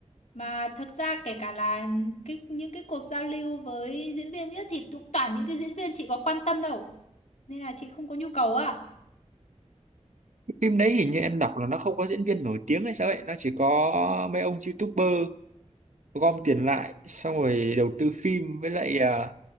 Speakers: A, on the left (about 75°); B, on the right (about 85°).
A: mà thực ra kể cả là cái những cái cuộc giao lưu với diễn viên nữa thì cũng toàn những cái diễn viên chị có quan tâm đâu nên là chị không có nhu cầu à
B: phim đấy hình như em đọc là nó không có diễn viên nổi tiếng hay sao ấy nó chỉ có mấy ông YouTuber gom tiền lại xong rồi đầu tư phim với lại à,